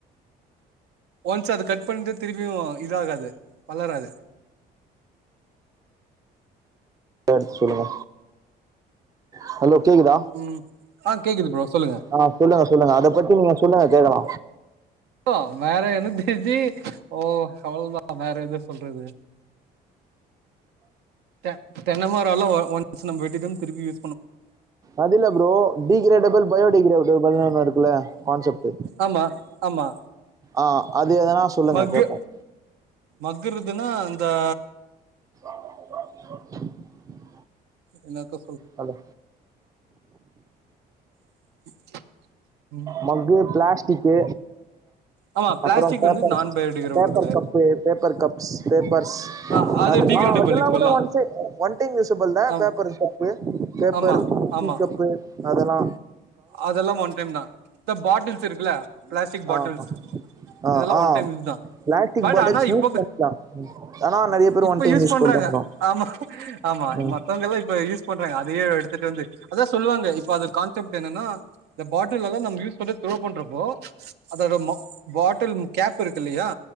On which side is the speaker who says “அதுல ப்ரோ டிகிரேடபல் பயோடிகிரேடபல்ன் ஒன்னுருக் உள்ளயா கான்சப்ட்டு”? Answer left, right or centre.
Right